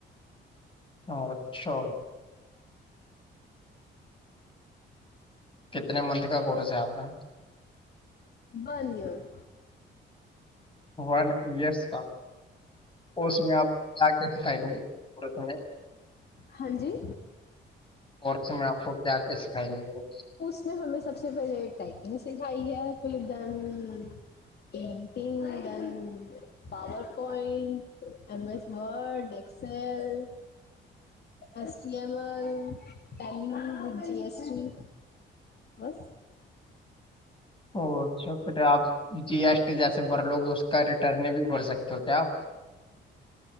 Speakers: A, on the left (about 25°); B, on the left (about 55°).
A: ਉਹ ਅੱਛਾ। ਕਿਤੇ ਮੰਥ ਕਾ ਕੋਰਸ ਹੈ ਆਪ ਕਾ।
B: ਬਿਜ਼ਨਸ।
A: ਵਨ, ਯਸ ਉਸਮੇ ਆਪ ਕਿਆ-ਕਿਆ ਸਿਖਾਏਗੇ ਕੋਰਸ ਮੇ।
B: ਹਾਂਜੀ।
A: ਕੋਰਸ ਮੈ ਆਪਕੋ ਕਿਆ-ਕਿਆ ਸਿਖਾਏਂ ਗੇ।
B: ਉਸਨੇ ਹਮੇ ਸਭ ਪਹਿਲੇ ਟਾਈਪਿੰਗ ਸਿਖਾਈ ਹੈ ਫਿਰ then <unintelligible> power point, M S Word, Excel. S T M L, Tally, G S T. ਬਸ
A: ਓ ਅੱਛਾ ਫਿਰ ਆਪ ਜੀ ਐਸ ਟੀ ਜੈਸੇ ਬਰਲੋਗੇ ਉਸ ਰਿਟਰਨ ਵੀ ਬਰ ਸਕ ਕਿਆ